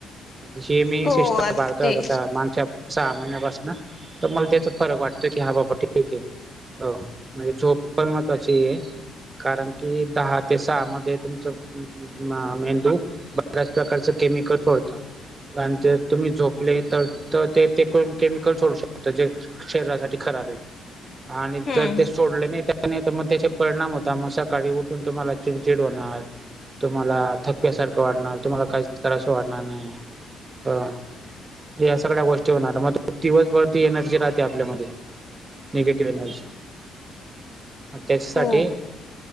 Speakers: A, on the right; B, on the left.
A: ही मी
B: हो
A: शिस्त पाळतोय
B: तेच
A: आता काय मागच्या सहा महिन्यापासून तर मला त्याचा फरक वाटतो की हा बाबा ठीक आहे हो म्हणजे झोप पण महत्त्वाची आहे कारण की दहा ते सहा मध्ये तुमच म मेंदू बऱ्याच प्रकारच केमिकल सोडता आणि ते तुम्ही झोपले तर ते कोण केमिकल सोडू शक तर ते शरीरासाठी खराब आहे. आणि
B: हम्म
A: जर
B: हम्म
A: ते सोडले नाही नाही तर त्यांनी मग त्याचे परिणाम होता मग सकाळी उठून तुम्हाला चिडचिड होणार तुम्हाला थकल्या सारखं वाटणार तुम्हाला काहीच करावसचं वाटणार नाही. हा या सगळ्या गोष्टी होणार मग दिवसभर ती एनर्जी राहते आपल्यामध्ये निगेटिव्ह एनर्जी आणि त्याच्यासाठी
B: हो